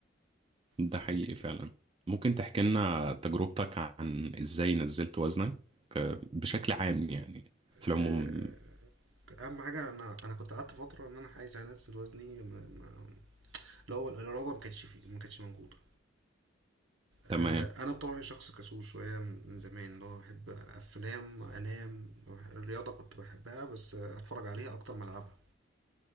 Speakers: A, on the right (about 25°); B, on the right (about 75°).
A: ده
B: فدي-
A: حقيقي فعلا ممكن تحكي لنا تجربتك عن ازاي نزلت وزنك آه، بشكل عام يعني في العموم
B: آه، اهم حاجه انا انا كنت قعدت فتره ان انا عايز انزل وزني ما ما اللي هو الاراده ما كانتش فيه ما كانتش موجوده
A: تمام
B: آه، انا بطبعي شخص كسول شويه من زمان اللي هو احب افلام انام الرياضه كنت بحبها بس اتفرج عليها اكتر ما العبها